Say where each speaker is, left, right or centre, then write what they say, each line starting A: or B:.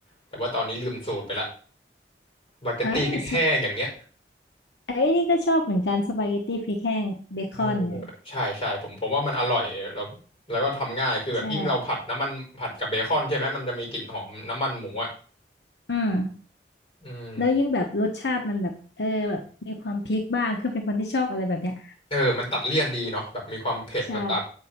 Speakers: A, on the left (about 30°); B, on the left (about 75°).
A: แต่ว่าตอนนี้ลืมสูตรไปละ
B: ๆเออสป
A: สปาเกตตี้ <laughs> พริกแห้งอย่างเงี้ย
B: ไอ้นี่ก็ชอบเหมือนกันสปาเกตตี้พริกแห้งเบคอนเนี่ย
A: เออใช่ใช่ผมผมว่ามันอร่อยแล้วแล้วก็ทำง่ายคือแบบยิ่งเราผัดน้ำมันผัดกับเบคอนใช่ไหมมันจะมีกลิ่นหอมน้ำมันหมูอ่ะ
B: ใช่อืม
A: อืม
B: แล้วยิ่งแบบรสชาติมันแบบเออแบบมีความพริกบ้างคือเป็นคนที่ชอบอะไรแบบเนี้ย
A: เออมันตัดเลี่ยนดีเนาะแบบมีความเผ็ดมาตัด
B: ใช่